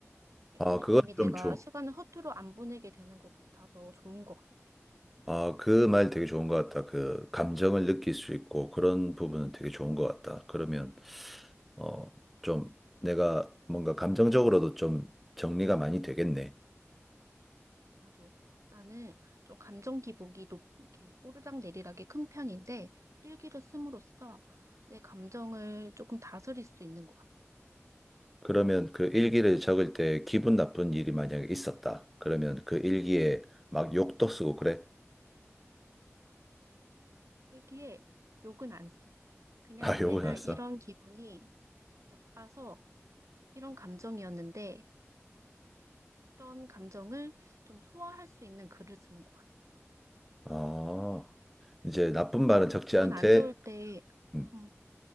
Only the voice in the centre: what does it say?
아,
그건
좀 줘.
아, 그 말 되게 좋은 것 같다. 그 감정을 느낄 수 있고 그런 부분은 되게 좋은 것 같다. 그러면 어, 좀 내가 뭔가 감정적으로도 좀 정리가 많이 되겠네.
그러면 그 일기를 적을 때 기분 나쁜 일이 만약에 있었다. 그러면 그 일기에 막 욕도 쓰고 그래?
<laughs>
아, 욕을
났어?
아, 이제 나쁜 말은
적지
않대.
음,